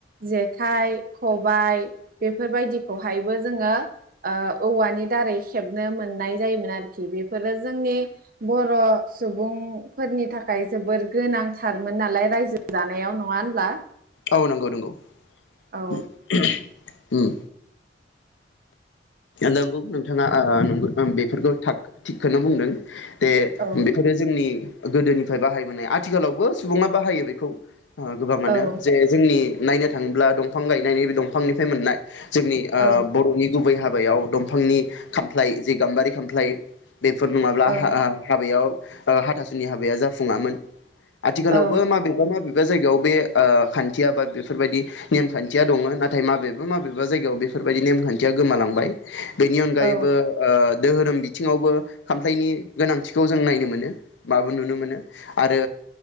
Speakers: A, on the right; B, on the left.
A: जेखाइ खबाइ बेफोर बायदिखौहायबो जोऔङो औवानि दारै खेबनो मोननाय जायोमोन आरो आरोखि बेफोरो जोंनि बर' सुबुंफोरनि थाखाय जोबोर गोनांथारमोन नालाय रायजो जानायाव नौङा होनब्ला
B: औ नंगौ नंगौ
A: औ
B: उम उम नंगौ नोंथाङा ओ नंगौ बेफोरखौ था थिगखौनो बुंदों बे
A: औ
B: बेफोरो जोंनि गोदोनिफ्राय बाहायबोनाय आथिखालावबो सुबुंङा बाहायो बेखौ गोबांङानो
A: औ
B: जे जोंनि नायनो थांङोब्ला दंफां गायनायनि बे दंफांनिफ्राय मोननाय जोंनि ओ
A: औ
B: बर'नि गुबै हाबायाव दंफांनि खामफ्लाय जे गाम्बारि खामफ्लाय बेफोर नङाब्ला
A: औ
B: हा हा हाबायाव ओ हाथासुनि हाबाया जाफुङामोन आथिखालावबो
A: औ
B: माबेबा माबे बा जायगायाव बे ओ खान्थिया बा बेफोर बायदि नेम खान्थिया दङ नाथाय माबेबा माबेबा जायगायाव बेफोरबायदि नेम खान थिया गोमालांबाय बेनि अनगायैबो
A: औ
B: ओ दोहोरोम बिथिङावबो खामफ्लायनि गोनांथिखौ जों नायनो मोनो बा नुनो मोनो आरो